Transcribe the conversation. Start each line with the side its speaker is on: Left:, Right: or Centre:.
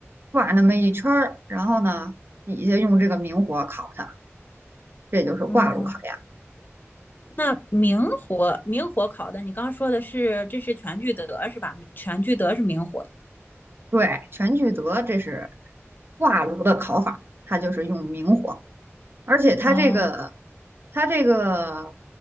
Right: 挂那么一圈儿，然后呢，底下用这个明火烤它，这就是挂炉烤鸭。
Left: 哦，那明火明火烤的，你刚刚说的是这是全聚德是吧？全聚德是明火的
Right: 对，全聚德这是挂炉的烤法，它就是用明火。而且它这个，
Left: 哦，
Right: 它这个，